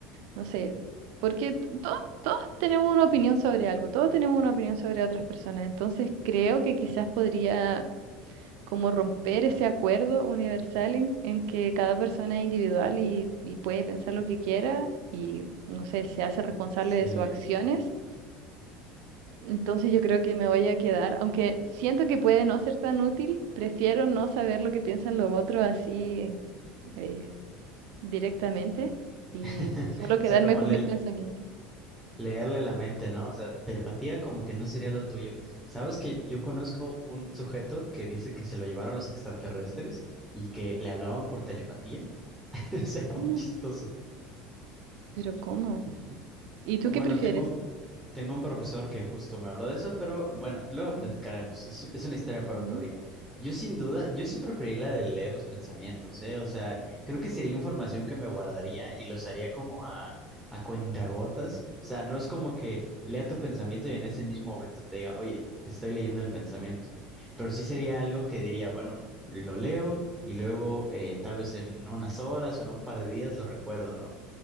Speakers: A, on the right; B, in the centre.
A: no sé, porque t- todos, todos tenemos una opinión sobre algo, todos tenemos una opinión sobre otras personas, entonces creo que quizás podría como romper ese acuerdo universal en, en que cada persona es individual y, y puede pensar lo que quiera y, no sé, se hace responsable
B: Sí.
A: de sus acciones. Entonces yo creo que me voy a quedar, aunque siento que puede no ser tan útil, prefiero no saber lo que piensan los otros así eh, directamente y
B: <laughs>
A: solo
B: O
A: quedarme
B: sea, como
A: con
B: el
A: mis pensamientos. <gasps>
B: Leerle la mente, ¿no? O sea, telepatía como que no sería lo tuyo. Sabes que yo conozco un sujeto que dice que se lo llevaron los extraterrestres y que le hablaban por telepatía. <laughs> O sea, muy
A: Mm,
B: chistoso.
A: Pero ¿cómo? ¿Y tú
B: Bueno,
A: qué prefieres?
B: tengo, un- tengo un profesor que justo me habló de eso, pero bueno, luego
A: Mm,
B: platicaremos. Es, es una historia
A: ujú.
B: para otro día. Yo sin duda, yo sí preferiría la de leer los pensamientos, ¿eh? O sea, creo que sería información que me guardaría y los haría como a, a cuentagotas. O sea, no es como que lea tu pensamiento y en ese mismo momento te diga, oye, te estoy leyendo el pensamiento. Pero sí sería algo que diría, bueno, lo leo y luego eh, tal vez en unas horas o en un par de días lo recuerdo, ¿no?